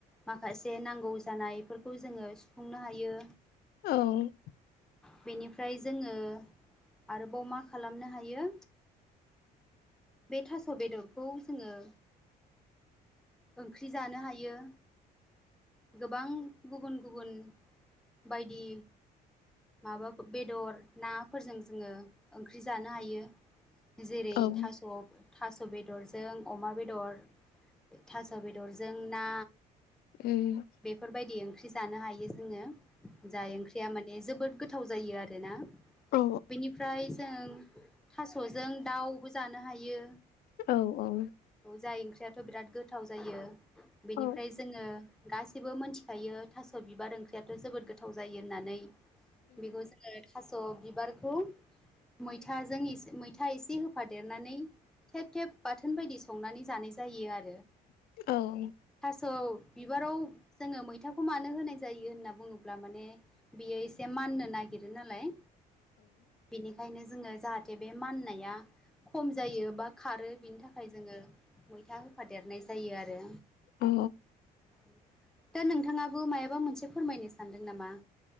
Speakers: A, in the centre; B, on the left.
A: माखासे नांगौ जानायफोरखौ जोङो सुफुंनो हायो।
B: औ
A: बेनिफ्राय जोङो आरोबाव मा खालामनो हायो बे थास' बेदरखौ जोङो ओंख्रि जानो हायो। गोबां गुबुन गुबुन बायदि माबा फो बेदर नाफोरजों जोङो ओंख्रि जानो हायो। जेरै
B: उम
A: थास' ओ थास' बेदरजों अमा बेदर ओ थास' बेदरजों ना
B: उम
A: बेफोरबायदि ओंख्रि ज जानो हायो जोङो जाय ओंख्रिया माने जोबोद गोथाव जायो आरोना
B: औ
A: बेनिफ्राय जों थास'जों दाउबो जानो हायो।
B: ओ औ औ
A: औ जाय ओंख्रियाथ' बिराद गोथाव जायो बेनिफ्राय
B: औ
A: जोङो गासिबो मोनथिखायो थास' बिबार ओंख्रियाथ' जोबोद गोथाव जायो होननानै बेखौ जोङो थास स' बिबारखौ मैथाजों एसे मैथा एसे होफादेरनानै थेब थेब बाथोन बायदि संनानै जानाय जायो आर
B: ओ‌ औ
A: स' बिबाराव जोङो मैथाखौ मानो होनाय जायो होनना बुङोब्ला माने बियो एसे मा माननो नागिरो नालाय बेनिखायनो जोङो जाहाथे बे माननाया खम जायो बा खारो बिनि थाखाय जोङो मैथा होफादेरनाय जायो आरो
B: अ
A: ओ दा नोंथाङाबो मायाबा मोनसे फोरमायनो सानदों नामा?